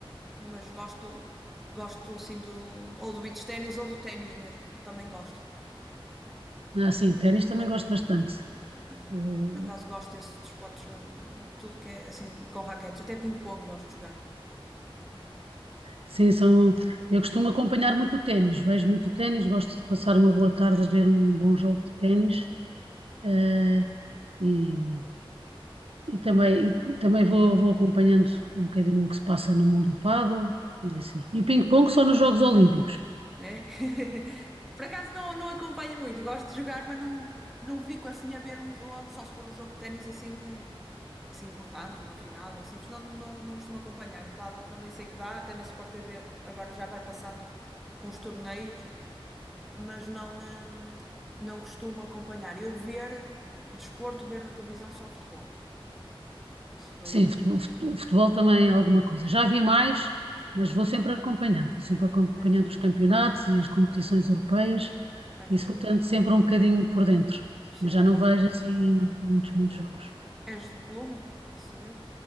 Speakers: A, in the centre; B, on the right.
A: mas gosto gosto assim do ou do beach ténis ou do ténis mesmo. Também gosto.
B: ah, sim,
A: Gosto
B: ténis
A: Um bocadinho.
B: também gosto bastante.
A: é.
B: Eh,
A: Por acaso gosto desses desportos, eh, de- tudo que é assim de- com raquetes, até ping-pong gosto de jogar.
B: Sim, são, eu costumo acompanhar muito o ténis, vejo muito o ténis, gosto de passar uma boa tarde a ver um bom jogo de ténis, eh, e, E também, e também vou, vou acompanhando um bocadinho o que se passa no mundo do pádel e assim. E o ping-pong só nos Jogos Olímpicos.
A: É? <laughs> Por acaso não, não acompanho muito, gosto de jogar, mas não, não fico assim a ver um jogo, só se for um jogo de ténis assim, eh, assim importante, uma final, ou assim, senão não, não costumo acompanhar. O pádel também sei que dá, até na Sport TV agora já vai passando uns torneios, mas não, eh, não costumo acompanhar. Eu ver, eh, desporto, ver na televisão só futebol. Isso vejo,
B: Sim, futebol, fute- futebol também é alguma coisa. Já vi mais, mas vou sempre acompanhando. Vou sempre
A: é,
B: acompanhando
A: vejo,
B: os campeonatos e as competições europeias.
A: é como
B: Isso vou tendo
A: eu.
B: sempre um bocadinho por dentro.
A: Sim,
B: Mas já não
A: gosto
B: vejo
A: muito.
B: assim muitos, muitos jogos.
A: És de clube? Posso saber?